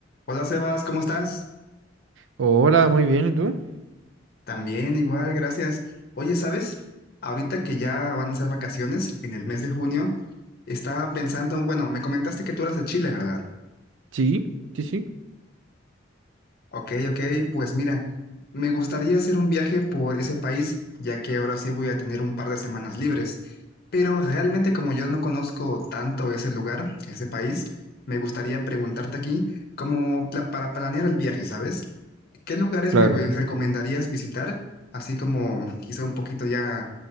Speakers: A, on the left; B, on the right.
A: Hola Sebas, ¿cómo estás?
B: Hola, muy bien, ¿y tú?
A: También igual, gracias. Oye, ¿sabes? Ahorita que ya van a ser vacaciones en el mes de junio, estaba pensando, bueno, me comentaste que tú eras de Chile, ¿verdad?
B: Sí, sí, sí,
A: Ok, ok, pues mira, me gustaría hacer un viaje por ese país, ya que ahora sí voy a tener un par de semanas libres. Pero realmente como yo no conozco tanto ese lugar, ese país, me gustaría preguntarte aquí como pla- para planear el viaje, ¿sabes? ¿Qué lugares
B: claro.
A: me güey, recomendarías visitar? Así como quizá un poquito ya